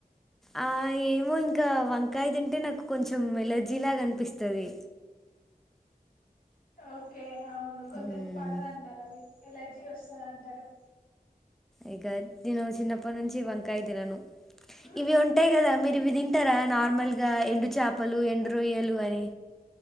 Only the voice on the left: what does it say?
ఓకే అవును కొందరికి
పడదంటారు అది ఎలర్జీ వస్తదంటారు
ఉమ్